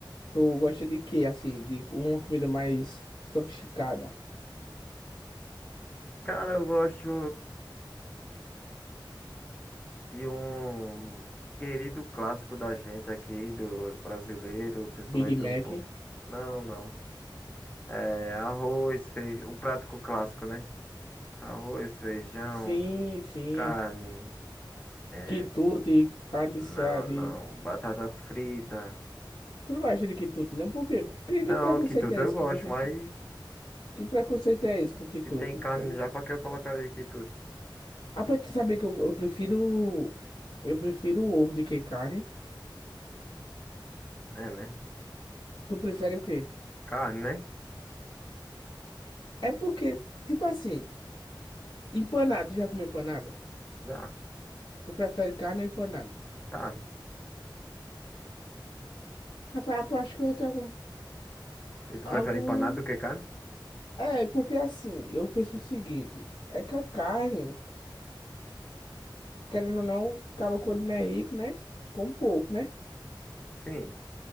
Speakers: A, on the left; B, on the left.
A: Tu gosta de quê, assim? De uma comida mais sofisticada?
B: Cara, eu gosto de um querido clássico da gente aqui, do brasileiro, principalmente
A: Big Mac?
B: no povo. Não, não. É, arroz, feijão, o prático clássico, né? Arroz, feijão,
A: Sim, sim.
B: carne, é,
A: Quitute,
B: s-
A: carne
B: não,
A: de seara, de...
B: não, batata frita.
A: Tu não gosta de quitute, não? Por quê? Que,
B: Não,
A: que preconceito
B: quituta
A: é
B: eu
A: esse
B: gosto,
A: que vocês
B: mas
A: têm? Que preconceito é esse com quitute?
B: se tem carne
A: Eu não-
B: já, pra que eu colocaria quituta?
A: Ah, pra tu saber que eu, eu prefiro... Eu prefiro o ovo do que carne.
B: É, né?
A: Tu prefere o quê?
B: Carne, né?
A: É porque, tipo assim, empanado, já comeu empanado?
B: Já,
A: Tu prefere carne ou empanado?
B: carne.
A: Rapaz, eu acho que eu tenho algum...
B: E tu
A: algum...
B: prefere empanado do que carne?
A: É, porque assim, eu penso
B: Oxente.
A: o seguinte. É que a carne... Querendo ou não, acaba quando não é rico, né? Com pouco, né?
B: Sim.